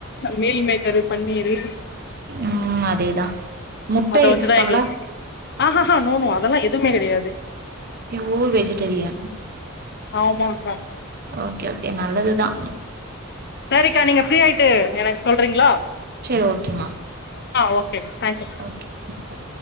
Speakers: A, on the left; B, on the right.
A: மீல் மேக்கரு பன்னீரு
B: ம் அதேதா முட்ட
A: அத வச்சுதா
B: எடுத்துப்பாங்களா
A: எங்களுக்கு ஆஹஹா நோநோ அதெல்லா எதுமே கெடையாது
B: பியூர் வெஜிடேரியன்
A: ஆமாக்கா
B: ஓகே ஓகே நல்லதுதா
A: சேரிக்கா நீங்க ஃப்ரீயாயிட்டு எனக்கு சொல்றீங்களா
B: சேரி ஓகேம்மா
A: ஆ ஓகே தேங்க்யூ
B: ஓகே ஓகே